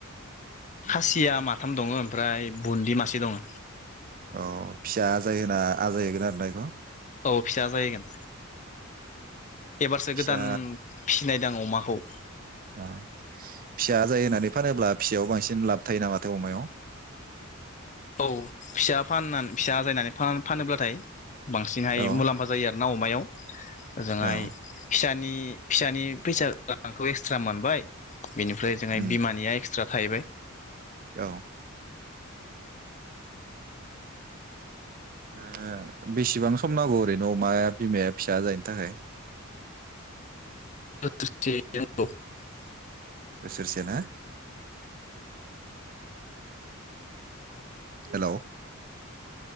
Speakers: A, on the left; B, on the right.
A: खासिया माथाम दङ ओमफ्राय बुन्दि मासे दङ।
B: अ फिसा आजाय होना आजायहोगोन आरो बेखौ?
A: औ फिसा आजायहोगोन एबारसो
B: फिसा
A: गोदान फिसिनायदों आं अमाखौ।
B: ओ फिसा आजाय होननानै फानोब्ला फिसायाव बांसिन लाब थायो नामाथाय अमायाव?
A: औ फिसा फाननानै फिसा आजायनानै फानोब्लाथाय बांसिनहाय
B: औ
A: मुलाम्फा जायो आरो ना अमायाव। ओजोंहाय
B: औ
A: फिसा नि फिसानि फैसा रांखौ एक्सट्रा मोनबाय। बिनिफ्राय जोंहाय
B: उम
A: बिमानिया एक्सट्रा थाहैबाय
B: औ ओ ओ बेसेबां सम नांगौ ओरैनो अमाया बिमाया फिसा जायनि थाखाय?
A: <unintelligible>
B: बोसोरसे ना? हेल'